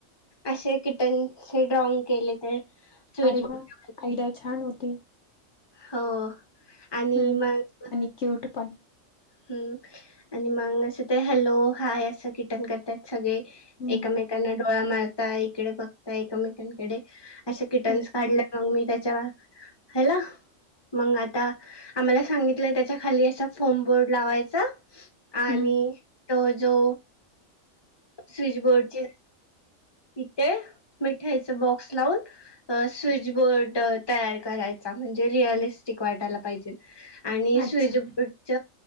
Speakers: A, on the left (about 20°); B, on the left (about 60°).
A: असे कीट टेन चे ड्रॉइंग केले तर, स्विच
B: अरे
A: बोर्ड
B: वा आयडिया
A: <unintelligible>
B: छान होती.
A: हो, आणि
B: हम्म
A: मग.
B: आणि क्यूट पण.
A: हम् आणि मग असं ते, हॅलो हाय अस कीटान करत्यात सगळे
B: हम्म
A: एकमेका त्यानें डोळा मारता. इकडे बघता एकमेकांनडे अशे किटन्स
B: हम्म
A: काढ मग मी त्यांच्यावर हॅलो. मग आता आम्हाला सांगितलंय, त्यांच्या खाली असा फोर्मबोर्ड. लावायचा. आणि
B: हम्म
A: तो जो, स्विच बोर्डची. इथे मिठाईच बॉक्स लावून. अ.. स्विच बोर्ड तयार करायचा म्हणजे, रिअलिस्टिक वाटायला पाहिजे. आणि
B: अच्छा
A: स्विच बोर्डच,